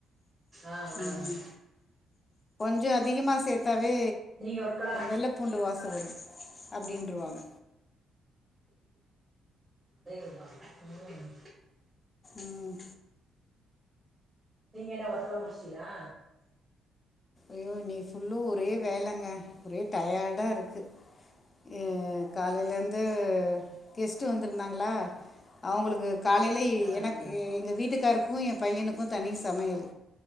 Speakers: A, on the right; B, on the left.
A: ஆஹ் ஆஹ்
B: ம் கொஞ்சம் அதிகமாக சேர்த்தாவே
A: நீங்க ஒர்க்கலா
B: வெள்ளைப்பூண்டு வாச வரும் அப்படின்றவாங்க
A: அதேபா உஹம்
B: உம்
A: நீங்க என்ன ஒர்க்கல முடிச்சலா
B: ஐ்யோ நீ ஃபுல்லு ஒரே வேலைங்க ஒரே டயர்டாக இருக்குது காலையில இருந்து கெஸ்ட்ட் வந்திருந்தாங்களா அவங்களுக்கு காலையில்
A: ஆ ஆ
B: எனக்கு எங்கள் வீட்டுக்காருக்கும் என் பையனுக்கும் தனி சமையல்